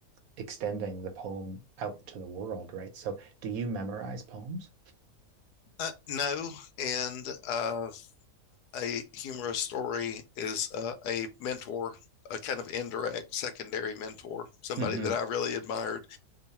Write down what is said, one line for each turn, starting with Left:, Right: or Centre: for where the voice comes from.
Right: extending the poem out to the world, right? So do you memorize poems?
Left: uh, no, and uh, a humorous story is uh, a mentor, a kind of indirect secondary mentor, somebody
Right: Mm-hmm.
Left: that I really admired